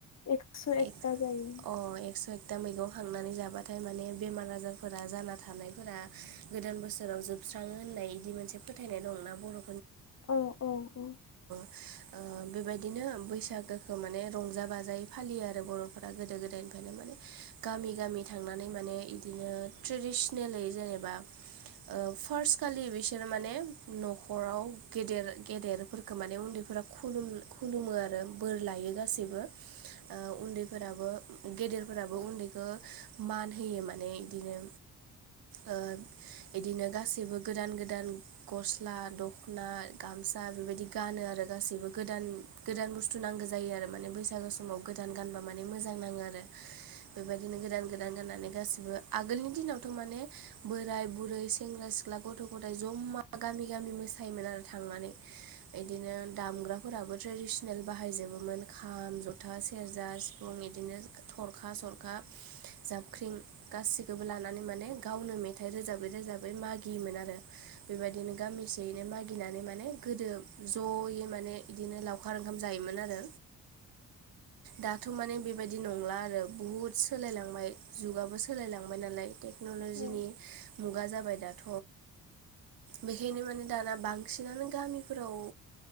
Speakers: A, on the left; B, on the right.
A: एकस' एकथा
B: एक अ
A: जायो
B: एक्स' एक था मैगं खांनानै जाबाथाय माने बेमार आजारफोरा जाना थानायफोरा गोदान बोसोराव जोब स्राङो होननाय इदि मोनसे फोथायनाय दंना बर'
A: औ औ औ
B: ओ बेबायदिनो बैसागोखौ माने रंजा बाजायै फालियो आरो बर'फोरा गोदो गोदायनिफ्रायनो माने गामि गामि थांनानै माने बिदिनो ट्रेडि सनेलै जेनेबा ओ फार्स्ट खालि बिसोर माने न'खराव गेदेर गेदेरफोरखौ माने उन्दै फोरा खुलुम खुलुमो आरो बोर लायो गासैबो उन्दैफोराबो गेदेरफोराबो उन्दैखौ मान होयो माने बिदिनो ओ इदिनो गासैबो गोदान गोदान गस्ला दखना गाम जा बेबायदि गानो आरो गासैबो गोदान गोदान बुस्थु नांगौ जायो आरो माने बैसागु समाव गोदान गानबा मान मोजां नाङो आरो बेबायदिनो गोदान गोदान गाननानै गासिबो आगोलनि दिनावथ माने बोराय बुरै सेंग्रा सिख सिख्ला गथ' गथाय जमा गामि गामि मोसायोमोन आरो थांनानै बिदिनो ग्राफोराबो ट्रेडिसनेल बाहायजोबोमोन खाम ज'था सेरजा सिफुं बिदिनो थ सरखा जाबख्रिं गासिखौबो लानानै माने गावनो मेथाइ रोजाबै रोजाबै म मागियोमोन आरो बेबायदिनो गामिसेैनो मागिनानै माने गोदो ज इदिनो लवखार ओंखाम जायोन आरो दाथ माने बेबायदि नंला आरो बुहुत सोलायलांबाय जुगाबो सोलायलांबाय नालाय तेक नलजिनि
A: औ
B: मुगा जाबाय दाथ बेखायनो माने दाना बांसिनानो गामिफोराव ओ